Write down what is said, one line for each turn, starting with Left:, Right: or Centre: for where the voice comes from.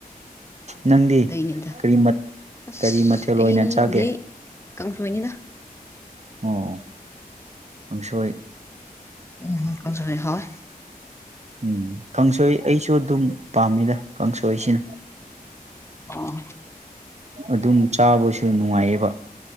Right: ꯅꯪꯗꯤ
Left: ꯗꯅꯤꯗ
Right: ꯀꯔꯤ
Left: ꯑꯁ
Right: ꯀꯔꯤ ꯃꯊꯦꯜ
Left: ꯑꯩꯕꯨꯙ
Right: ꯑꯣꯏꯅ ꯆꯥꯒꯦ
Left: ꯀꯥꯎꯁꯨꯃꯅꯤꯗ
Right: ꯑꯣ ꯑꯨꯡꯁꯣꯏ
Left: ꯎꯝ ꯍꯥꯥ
Right: ꯎꯝ ꯈꯪꯁꯣꯏ ꯑꯩ ꯁꯨ ꯑꯗꯨꯝ ꯄꯥꯝꯃꯤꯗ ꯀꯥꯡꯁꯣꯏꯁꯤꯅ
Left: ꯑꯣ
Right: ꯑꯗꯨꯝ ꯆꯥꯕꯁꯨ ꯅꯨꯡꯉꯥꯏꯌꯦꯕ